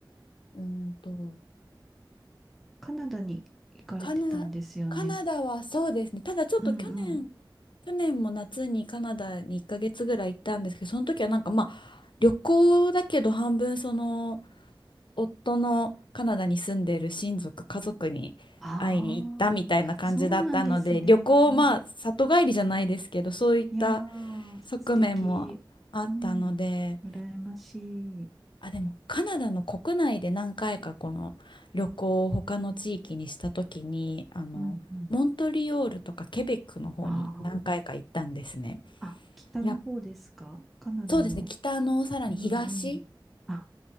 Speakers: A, on the left; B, in the centre.
A: ーんと、
B: カナダに行かれてたんですよね。
A: カナ、カナダはそうですね。ただちょっと去年、
B: うんうん。
A: 去年も夏にカナダに1ヶ月ぐらい行ったんですけど、その時はなんかまあ、旅行だけど半分その、夫のカナダに住んでる親族、家族に会いに行ったみたいな感じだったので、
B: ああ、そうなんですね。
A: 旅行、まあ、里帰りじゃないですけど、そういった
B: いやー、
A: 側面もあったので、
B: 素敵。うん。羨ましい。
A: あ、でもカナダの国内で何回かこの旅行を他の地域にした時に、あの、
B: うんうん。
A: モントリオールとかケベックの方に何回か行ったんですね。
B: ああ。あ、北の方ですかカナダの。
A: いや、そうですね、北のさらに東
B: うんうん。あ、